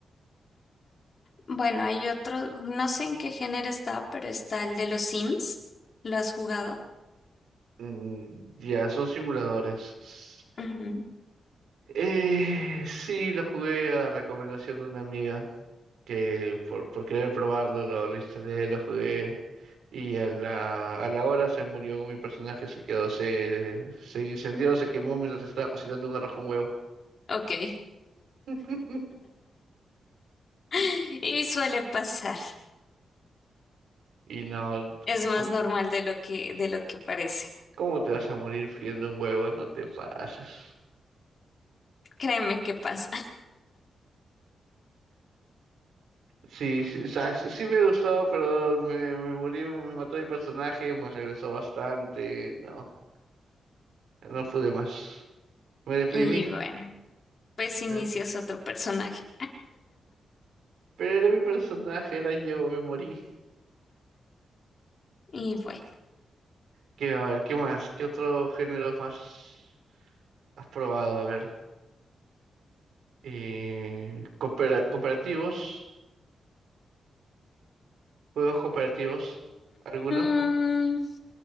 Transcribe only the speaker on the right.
Mm, ya, son simuladores. S-
Eh, sí, lo jugué a recomendación de una amiga. que por, por querer probarlo lo, lo instalé, lo jugué y a la, a la hora se murió mi personaje, se quedó, se, se incendió, se quemó mientras estaba cocinando un arroz con huevo.
<laughs>
Y
y no,
co-
¿cómo te vas a morir friendo un huevo? No te pases.
Sí, sí, o sea, sí sí me gustó, pero me, me morí, me mató mi personaje, me regresó bastante, no, no pude más, me deprimí.
eh,
Pero era mi personaje, era yo, me morí.
Que, a ver, ¿qué más? ¿Qué otro género más has probado? A ver. Eh, coopera- cooperativos, juegos cooperativos, ¿alguno?